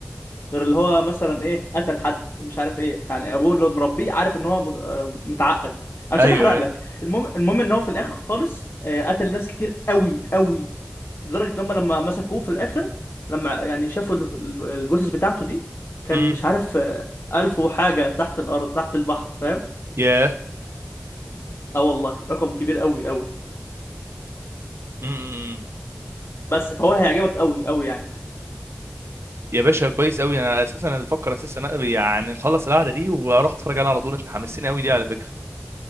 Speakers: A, on the left; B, on the right.
A: غير اللي هو مثلا ايه قتل حد مش عارف ايه يعني ابوه اللي مربيه عارف ان هو مت- آه، متعقد انا مش
B: ايوه
A: عايز احرق
B: ايوه
A: لك المهم المهم ان هو في الاخر خالص آه، قتل ناس كتير قوي قوي لدرجه ان هم لما مسكوه في الاخر لما يعني شافوا ال- ال- الجثث بتاعته دي كان
B: م.
A: مش عارف آه، ألف وحاجه تحت الارض تحت البحر فاهم
B: ياه
A: اه والله رقم كبير قوي قوي
B: م- م.
A: بس فهو هيعجبك قوي قوي يعني
B: يا باشا كويس قوي انا اساسا انا بفكر اساسا أنا- يعني نخلص القعده دي واروح اتفرج عليها على طول انت حمسني قوي دي على فكره